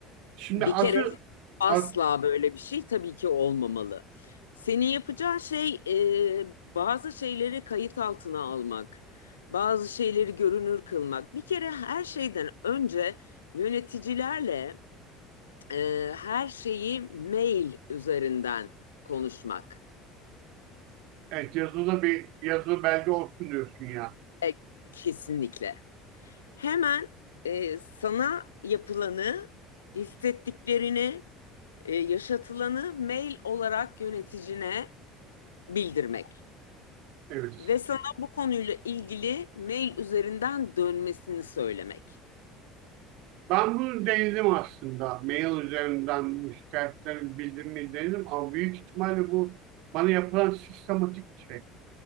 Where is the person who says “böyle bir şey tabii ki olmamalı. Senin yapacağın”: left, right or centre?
Left